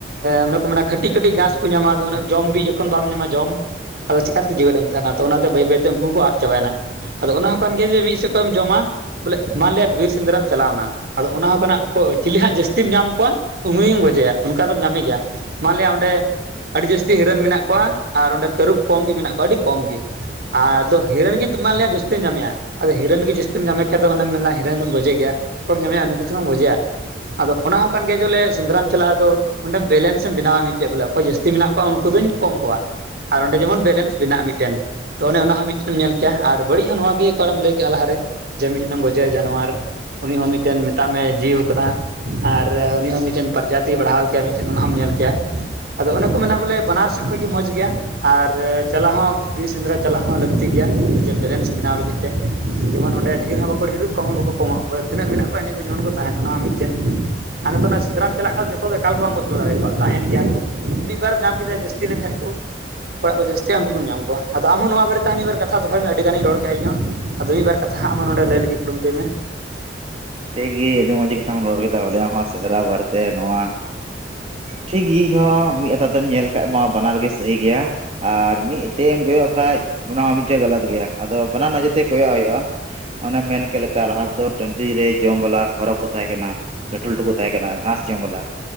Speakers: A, on the right (about 60°); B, on the right (about 35°).
A: ᱚᱱᱮ ᱠᱚ ᱢᱮᱱᱟ ᱠᱟᱹᱴᱤᱡ ᱠᱟᱹᱴᱤᱡ ᱜᱷᱟᱥ ᱠᱚ ᱧᱟᱢᱟ ᱟᱫᱚ ᱩᱱᱟᱹᱜ ᱡᱚᱢ ᱵᱤ ᱡᱚᱠᱷᱚᱱ ᱵᱟᱢ ᱧᱟᱢᱟ ᱡᱚᱢ ᱟᱫᱚ ᱪᱤᱠᱟᱛᱮ ᱡᱮᱣᱮᱫ ᱮᱢ ᱛᱟᱸᱦᱮᱱᱟ ᱛᱚ ᱚᱱᱟᱛᱮ ᱵᱟᱹᱭ ᱵᱟᱹᱭᱛᱮ ᱩᱱᱠᱩ ᱦᱚᱸ ᱠᱚ ᱟᱫ ᱪᱟᱵᱟᱭᱮᱱᱟ᱾ ᱟᱫᱚ ᱚᱱᱟ ᱦᱚᱸ ᱠᱟᱱ ᱜᱮᱭᱟ ᱡᱮ ᱢᱤᱫ ᱥᱮᱫ ᱠᱷᱚᱱᱢ ᱡᱚᱢᱟ ᱵᱚᱞᱮ ᱢᱟᱱᱞᱤᱭᱟ ᱵᱤᱨ ᱥᱮᱸᱫᱽᱨᱟᱢ ᱪᱟᱞᱟᱣᱱᱟ ᱟᱫᱚ ᱚᱱᱟ ᱠᱟᱱᱟ ᱚᱠᱚᱰ ᱠᱤᱞᱤ ᱦᱟᱸᱜ ᱡᱟᱹᱥᱛᱤᱢ ᱧᱟᱢ ᱠᱚᱣᱟ ᱩᱱᱤᱢ ᱜᱚᱡᱮᱭᱟ ᱚᱱᱠᱟ ᱫᱚᱢ ᱧᱟᱢᱮ ᱜᱮᱭᱟ ᱢᱟᱱᱞᱭᱟ ᱚᱸᱰᱮ ᱟᱹᱰᱤ ᱡᱟᱹᱥᱛᱤ ᱦᱤᱨᱟᱹᱱ ᱢᱮᱱᱟᱜ ᱠᱚᱣᱟ ᱟᱨ ᱚᱸᱰᱮ ᱛᱟᱹᱨᱩᱵ ᱠᱚᱢ ᱜᱮ ᱢᱮᱱᱟᱜ ᱠᱚᱣᱟ ᱟᱹᱰᱤ ᱠᱚᱢ ᱜᱮ᱾ ᱟᱫᱚ ᱦᱤᱨᱟᱹᱱ ᱜᱮ ᱢᱟᱱ ᱞᱮᱭᱟ ᱡᱟᱹᱥᱛᱤᱢ ᱧᱟᱢᱮᱭᱟ᱾ ᱟᱫᱚ ᱦᱤᱨᱟᱹᱱ ᱜᱮ ᱡᱟᱹᱥᱛᱤᱢ ᱧᱟᱢᱮ ᱠᱷᱟᱱ ᱫᱚ ᱚᱱᱟᱢ ᱢᱮᱱᱟ ᱦᱤᱨᱟᱹᱱ ᱫᱚᱢ ᱜᱚᱡᱮ ᱜᱮᱭᱟ ᱵᱟ ᱠᱚᱢ ᱧᱟᱢᱮᱜ-ᱟ ᱩᱱᱤ ᱛᱮᱦᱚᱸ ᱜᱚᱡᱮᱭᱟ᱾ ᱟᱫᱚ ᱚᱱᱟ ᱦᱚᱸ ᱠᱟᱱ ᱜᱮᱭᱟ ᱡᱚᱞᱮ ᱥᱮᱸᱫᱽᱨᱟᱢ ᱪᱟᱞᱟᱜ-ᱟ ᱟᱫᱚ ᱚᱸᱰᱮ ᱵᱮᱞᱮᱱᱥᱮᱢ ᱵᱮᱱᱟᱣᱟ ᱢᱤᱫᱴᱮᱡ ᱵᱚᱞᱮ ᱚᱠᱚᱭ ᱡᱟᱹᱥᱛᱤ ᱢᱮᱱᱟᱜ ᱠᱚᱣᱟ ᱩᱱᱠᱩ ᱫᱚᱧ ᱠᱚᱢ ᱠᱚᱣᱟ᱾ ᱟᱨ ᱚᱸᱰᱮ ᱡᱮᱢᱚᱱ ᱵᱮᱞᱮᱱᱥ ᱵᱮᱱᱟᱣ ᱢᱤᱫᱴᱮᱱ ᱛᱚ ᱚᱱᱮ ᱚᱱᱟ ᱦᱚᱸ ᱢᱤᱫᱴᱮᱢ ᱧᱮᱞ ᱠᱮᱭᱟ ᱟᱨ ᱵᱟᱹᱲᱤᱡ ᱦᱚᱸ ᱱᱚᱣᱟᱜᱮ ᱚᱠᱟᱨᱮᱢ ᱞᱟᱹᱭ ᱠᱮᱜ-ᱟ ᱞᱟᱦᱟᱨᱮ ᱡᱮ ᱢᱤᱫᱴᱮᱱ ᱜᱚᱡᱮ ᱡᱟᱱᱣᱟᱨ ᱩᱱᱤ ᱦᱚᱸ ᱢᱤᱫᱴᱮᱱ ᱢᱮᱛᱟᱜ ᱢᱮ ᱡᱤᱣᱤ ᱦᱚ ᱠᱟᱱᱟ᱾ ᱟᱨ ᱩᱱᱤ ᱦᱚ ᱢᱤᱫᱴᱮᱱ ᱯᱨᱚᱡᱟᱛᱤᱭ ᱵᱟᱲᱦᱟᱣ ᱠᱮᱭᱟ ᱢᱤᱫᱴᱮᱱ ᱚᱱᱟ ᱦᱚᱢ ᱧᱮᱞ ᱠᱮᱭᱟ᱾ ᱟᱫᱚ ᱚᱱᱮ ᱠᱚ ᱢᱮᱱᱟ ᱵᱚᱞᱮ ᱵᱟᱱᱟᱨ ᱥᱮᱫ ᱠᱷᱚᱡ ᱜᱮ ᱢᱚᱸᱡᱽ ᱜᱮᱭᱟ ᱟᱨ ᱪᱟᱞᱟᱜ ᱦᱚᱸ ᱵᱤᱨ ᱥᱮᱸᱫᱽᱨᱟ ᱪᱟᱞᱟᱜ ᱦᱚᱸ ᱞᱟᱹᱠᱛᱤ ᱜᱮᱭᱟ ᱡᱮ ᱵᱮᱞᱮᱱᱥ ᱵᱮᱱᱟᱣ ᱞᱟᱹᱜᱤᱫ ᱛᱮ ᱡᱮᱢᱚᱱ ᱚᱸᱰᱮ ᱰᱷᱮᱨ ᱦᱚᱸ ᱵᱟᱠᱚ ᱰᱷᱮᱨᱚᱜ ᱠᱚᱢ ᱦᱚᱸ ᱵᱟᱠᱚ ᱠᱚᱢᱚᱜ᱾ ᱵᱚᱞᱮ ᱛᱤᱱᱟᱹᱜ ᱢᱮᱱᱟᱜ ᱠᱚᱣᱟ ᱤᱱᱟᱹ ᱠᱚ ᱡᱮᱢᱚᱱ ᱠᱚ ᱛᱟᱦᱮᱱ ᱚᱱᱟ ᱦᱚᱸ ᱢᱤᱫᱴᱮᱱ᱾ ᱟᱨ ᱱᱚᱛᱮ ᱱᱟᱜ ᱥᱮᱸᱫᱽᱨᱟᱢ ᱪᱟᱞᱟᱜ ᱠᱷᱟᱱ ᱡᱚᱛᱚ ᱫᱚ ᱮᱠᱟᱞ ᱜᱮ ᱵᱟᱢ ᱜᱚᱪ ᱦᱚᱪᱚ ᱫᱟᱲᱮᱭᱟᱠᱚᱣᱟ ᱛᱟᱦᱮᱱ ᱜᱮᱭᱟ ᱠᱚ ᱢᱤᱫ ᱵᱟᱨᱮᱢ ᱧᱟᱢ ᱠᱮᱫᱮᱭᱟ ᱡᱟᱹᱥᱛᱤ ᱞᱮᱠᱷᱟᱡ ᱠᱚ᱾ ᱚᱲᱟᱜ ᱠᱚ ᱡᱟᱹᱥᱛᱤᱜ-ᱟ ᱩᱱᱠᱩᱢ ᱧᱟᱢ ᱠᱚᱣᱟ ᱟᱫᱚ ᱟᱢ ᱦᱚ ᱱᱚᱣᱟ ᱵᱟᱨᱮ ᱛᱮ ᱢᱤᱫᱵᱟᱨ ᱠᱟᱛᱷᱟ ᱫᱚᱦᱚᱭ ᱢᱮ ᱟᱹᱰᱤ ᱜᱟᱱᱤᱧ ᱨᱚᱲ ᱠᱮᱜ-ᱟ ᱤᱧ ᱦᱚ ᱟᱫᱚ ᱢᱤᱫ ᱵᱟᱨ ᱠᱟᱛᱷᱟ ᱦᱟᱜ ᱟᱢ ᱱᱚᱰᱮ ᱞᱟᱹᱭ ᱞᱟᱹᱜᱤᱫ ᱠᱩᱨᱩᱢᱩᱴᱩᱭ ᱢᱮ᱾
B: ᱴᱷᱤᱠ ᱜᱮ ᱢᱚᱡᱽ ᱜᱮ᱾ ᱨᱚᱲ ᱠᱮᱫᱟ ᱵᱚᱞᱮ ᱟᱢᱦᱚᱸ ᱥᱮᱸᱫᱽᱨᱟ ᱵᱟᱨᱮ ᱛᱮ ᱱᱚᱣᱟ ᱴᱷᱤᱠ ᱜᱮ ᱦᱚᱸ ᱢᱤᱫ ᱠᱟᱛᱷᱟ ᱢᱮᱫ ᱧᱮᱞ ᱠᱷᱟᱡ ᱢᱟ ᱵᱟᱱᱟᱨ ᱜᱮ ᱥᱟᱹᱦᱤ ᱜᱮᱭᱟ ᱟᱨ ᱢᱤᱫ ᱪᱮᱫ ᱮᱢ ᱠᱚᱭᱚᱜ ᱠᱷᱟᱱ ᱚᱱᱟ ᱦᱚᱸ ᱢᱤᱫᱴᱮᱱ ᱜᱟᱞᱟᱛ ᱜᱮᱭᱟ ᱟᱫᱚ ᱵᱟᱱᱟᱨ ᱱᱚᱡᱚᱨ ᱛᱮ ᱠᱚᱭᱚᱜ ᱦᱩᱭᱩᱜ-ᱟ᱾ ᱚᱱᱮᱢ ᱢᱮᱱ ᱠᱮᱫ ᱞᱮᱠᱟ ᱞᱟᱦᱟ ᱫᱚ ᱴᱟᱺᱰᱤ ᱨᱮ ᱡᱚᱢ ᱵᱟᱞᱟ ᱦᱚᱨᱚ ᱠᱚ ᱛᱟᱦᱮᱸ ᱠᱟᱱᱟ, ᱞᱟᱹᱴᱩ ᱞᱟᱹᱴᱩ ᱠᱚ ᱛᱟᱦᱮᱸ ᱠᱟᱱᱟ ᱜᱷᱟᱸᱥ ᱡᱚᱢ ᱵᱟᱞᱟ